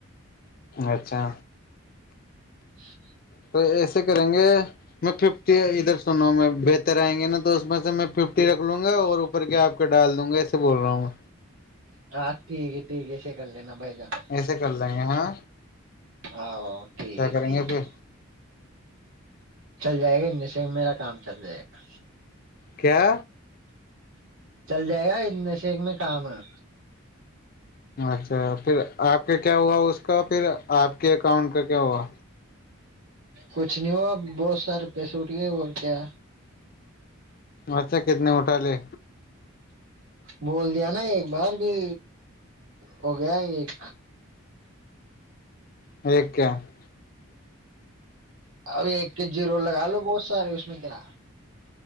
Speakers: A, on the left; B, on the right.
A: اچھا
B: ہ <inaudible> <unintelligible>
A: تو ایسے کریں گے میں ففٹی ادھر سنو میں بہتر آئیں گے نا تو اس میں سے میں ففٹی رکھ لوں گا اور کیا آپ ڈال دوں گا اسے بول رہا ہوں میں
B: ہاں ٹھیک ہے ٹھیک ہے اسے کر لینا بھائی جان
A: ایسے کر لیں گے ہاں
B: آ آ ٹھیک
A: کیا
B: ہے
A: کریں
B: ٹھیک
A: گے
B: ہے
A: پھر
B: <inaudible> چل جائے گا نیچے میرا کام چل جائے گا
A: کیا
B: چل جائے گا نش ایک میں کام ہے
A: اچھا پھر آپ کے کیا ہوا اس کا پھر آپ کے اکاؤنٹ کا کیا ہوا
B: کچھ نہیں ہوا بہت سارے پیسے اٹھ گئے اور کیا
A: اچھا کتنے مٹالے
B: بول دیا نا ایک بار بھی ہو گیا ہے ایک
A: ایکیک کیا <unintelligible>
B: اب ایک کے جی رول لگا لو بہت سارے اس میں کیا نا